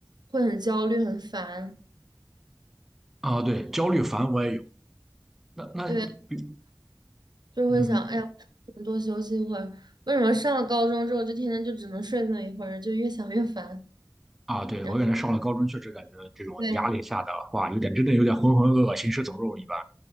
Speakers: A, on the right (about 70°); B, in the centre.
A: 会很焦虑、很烦。
B: 啊，对，焦虑烦我也有。那那比
A: 对。就会想，
B: 嗯
A: 哎呀，能多休息一会儿。为什么上了高中之后就天天就只能睡那么一会儿，就越想越烦，
B: 啊，对我感觉上了高中确实感觉这种压力下的话，
A: 然后对
B: 有点真的有点浑浑噩噩、行尸走肉一般，